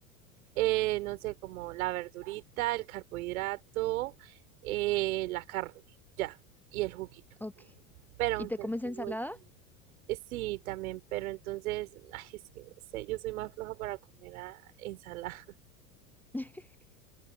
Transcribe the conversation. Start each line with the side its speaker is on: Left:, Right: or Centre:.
Right: eh, no sé, como la verdurita, el carbohidrato, eh, la carne, ya, y el juguito.
Centre: Ok.
Right: Pero
Centre: ¿Y
Right: aunque
Centre: te comes
Right: el jugo
Centre: ensalada?
Right: es- eh, Sí, también, pero entonces, <laughs> ay, es que no sé, yo soy más floja para comer ah, ensalada.
Centre: <laughs>